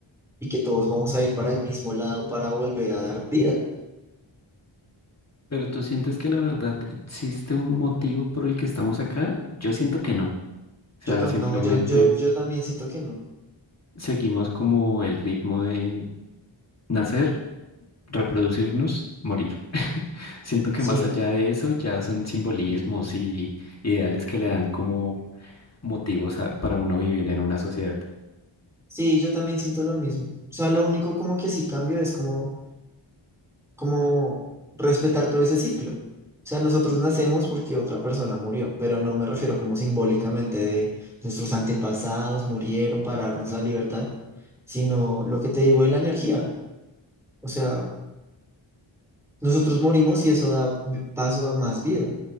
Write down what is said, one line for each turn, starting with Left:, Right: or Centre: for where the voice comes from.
Centre: y que todos vamos a ir para el mismo lado para volver a dar vida.
Left: Pero tú sientes que la verdad existe un motivo por el que estamos acá? Yo siento que no. O sea,
Centre: Yo también,
Left: simplemente
Centre: no, yo, yo, yo también siento que no.
Left: seguimos como el ritmo de nacer reproducirnos, morir. Siento que
Centre: Sí,
Left: más allá de eso ya son simbolismos y ideales que le dan como motivos a- para uno vivir en una sociedad.
Centre: sí, yo también siento lo mismo. O sea, lo único como que sí cambio es como, como respetar todo ese ciclo. O sea, nosotros nacemos porque otra persona murió, pero no me refiero como simbólicamente de nuestros antepasados murieron para darnos la libertad, sino lo que te digo de la energía. O sea, nosotros morimos y eso da vi- paso a más vida.